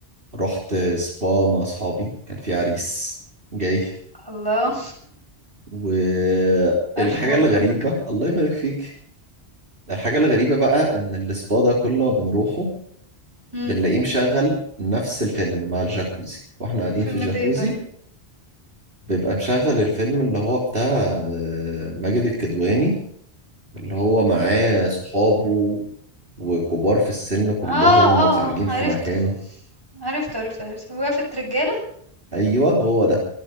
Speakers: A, on the right (about 60°); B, on the right (about 20°).
A: رحت سبا مع اصحابي كان في عريس جاي
B: الله
A: والحاجة
B: الف مبروك
A: الغريبة الله يبارك فيك الحاجة الغريبة بقى ان السبا ده كل ما بنروحه
B: امم
A: بنلاقيه مشغل نفس الفيلم مع الجاكوزي واحنا قاعدين
B: فيلم
A: في الجاكوزي
B: ايه يا ترى
A: بيبقى مشغل الفيلم اللي هو بتاع آه، ماجد الكدواني اللي هو معاه صحابه وكبار في السن كلهم
B: اه اه
A: وخارجين
B: اه
A: في
B: عرفته
A: مكان
B: عرفته عرفته عرفته وقفة رجالة
A: ايوه هو ده